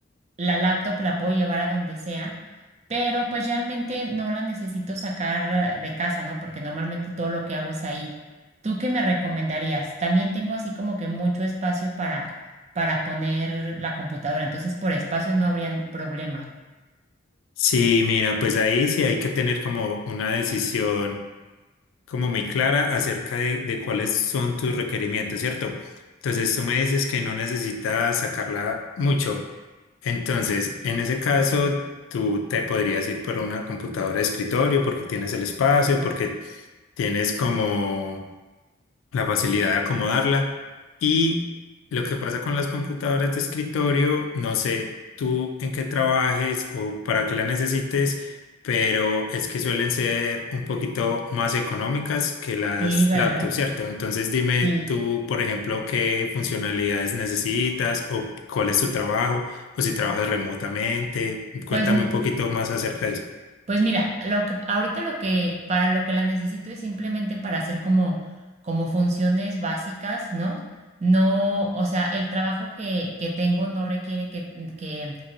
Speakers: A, on the right (about 35°); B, on the left (about 80°).
A: la laptop la puedo llevar a donde sea, pero pues realmente no la necesito sacar de casa, ¿no? Porque normalmente todo lo que hago es ahí. ¿Tú qué me recomendarías? También tengo así como que mucho espacio para, para poner la computadora, entonces por espacio no habría problema.
B: Sí, mira, pues ahí sí hay que tener como una decisión como muy clara acerca de, de cuáles son tus requerimientos, ¿cierto? Entonces tú me dices que no necesitas sacarla mucho. Entonces, en ese caso, tú te podrías ir por una computadora de escritorio porque tienes el espacio, porque tienes como la facilidad de acomodarla. Y lo que pasa con las computadoras de escritorio, no sé tú en qué trabajes o para qué la necesites, pero es que suelen ser un poquito más económicas que las
A: Sí, ¿verdad?
B: laptops, ¿cierto? Entonces dime
A: Sí.
B: tú, por ejemplo, qué funcionalidades necesitas o cuál es tu trabajo o si trabajas remotamente. Cuéntame
A: Pues
B: un poquito más acerca de eso.
A: Pues mira, lo que ahorita lo que para lo que la necesito es simplemente para hacer como como funciones básicas, ¿no? No, o sea, el trabajo que que tengo no requiere que que